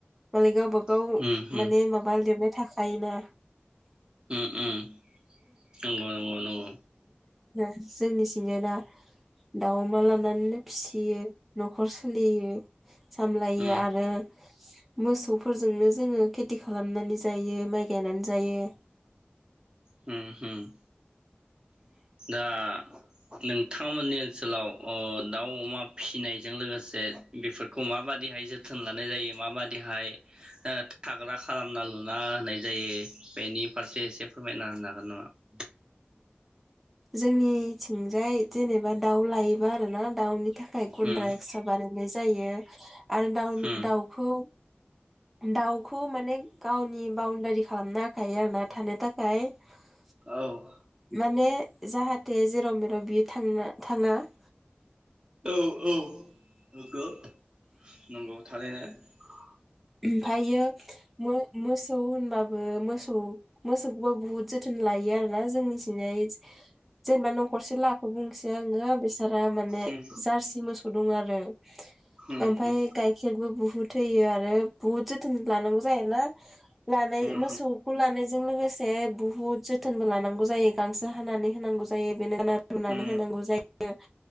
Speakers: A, in the centre; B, on the right.
A: मालाय गावबा गाव
B: उम
A: माने
B: उम
A: माबा लिरनाय थाखायोना
B: उम उम नंगौ नंगौ नंगौ
A: जोंनि थिंजायना दाउ अमा लानानैनो फिसियो न'खर सोलियो सामलायो
B: उम
A: आरो मोसौफोरजोंनो जोङो खेथि खालामनानै जायो माइ गायनानै जायो।
B: होम- होम दा नोंथांमोननि ओनसोलाव अ दाउ अमा फिसिनायजों लोगोसे बेफोरखौ माबादिहाय जोथोन लानाय जायो माबादिहाय ओ थाग्रा खालामना लुना होनाय जायो बेनि फारसे एसे फोरमायना होनो हागोन नामा?
A: जोंनिथिंजाय जेनेबा दाउ लायोबा आरो ना दाउ <unintelligible> मोननाय
B: उम
A: जायो । आरो दाउ
B: उम
A: दाउखौ दाउखौ माने गावनि बाउणडारि खालामना होखायो आरोना थानो थाखाय ।
B: औ
A: माने जाहाथे जेराव मेराव बियो थांनो थाङा ।
B: औ-औ नंगौ-नंगौ थारैनो ।
A: ओमफ्रायो मो-मोसौ होनबा बो मोसौ मोसौखौबो बुहुत जोथोन लायो आरोना जोंनि थिंनाय जेनेबा न'खरसे लाखौ बुंसै आङो बि रा माने
B: उम
A: जारसि मोसौ हुदुं आरो
B: उम
A: ओमफ्राय गायखेरबो बुहुत थैयो आरो बहुत जोथोन लानांगौ जायो ना । लानाय
B: उम
A: मोसौखौ लानाय जों लोगोसे बुहुत जोथोनबो लानांगौ जायो गांसो हानानै होनांगौ जायो बेनो रुनानै
B: उम
A: होनांगौ जायो